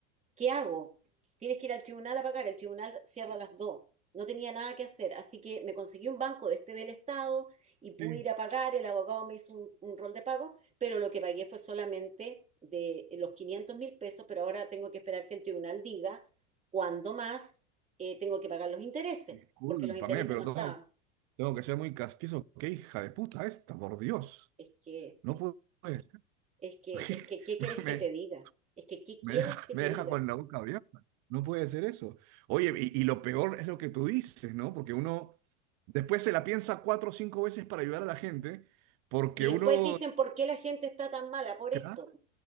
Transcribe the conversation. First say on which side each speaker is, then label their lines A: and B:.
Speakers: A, on the right; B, on the right.
A: ¿qué hago? Tienes que ir al tribunal a pagar, el tribunal cierra a las 2. No tenía nada que hacer, así que me conseguí un banco de este del Estado y pude
B: sí.
A: ir a pagar, el abogado me hizo un, un rol de pago, pero lo que pagué fue solamente de los quinientos mil pesos, pero ahora tengo que esperar que el tribunal diga cuándo más eh, tengo que pagar los intereses,
B: Discúlpame,
A: porque los intereses
B: pero
A: no estaban.
B: tengo, tengo que ser muy castizo. Qué hija de puta esta, por Dios.
A: Es que,
B: No pu- puede ser.
A: es que,
B: <laughs>
A: es que, ¿qué quieres que
B: Me,
A: te diga? Es que, ¿qué
B: me
A: quieres
B: deja,
A: que
B: me
A: te
B: deja
A: diga?
B: con la boca abierta. No puede ser eso. Oye, y, y lo peor es lo que tú dices, ¿no? Porque uno después se la piensa cuatro o cinco veces para ayudar a la gente, porque
A: Y después
B: uno...
A: dicen, ¿por qué la gente está tan mala por
B: Claro.
A: esto?